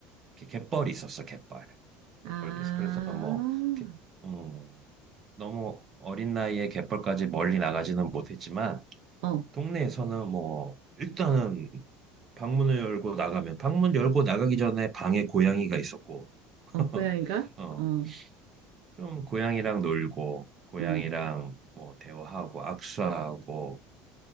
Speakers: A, on the right; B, on the right.
A: 이렇게 갯벌이 있었어, 갯벌. 갯벌도
B: 아,
A: 있어. 그래서 뭐, 개- 음, 너무 어린 나이에 갯벌까지 멀리 나가지는 못했지만,
B: 어.
A: 동네에서는 뭐, 일단은 방문을 열고 나가면 방문 열고 나가기 전에 방에 고양이가 있었고 <laughs>
B: 어, 고양이가?
A: 어
B: 어,
A: 그럼 고양이랑 놀고 고양이랑
B: 어.
A: 뭐 대화하고 악수하고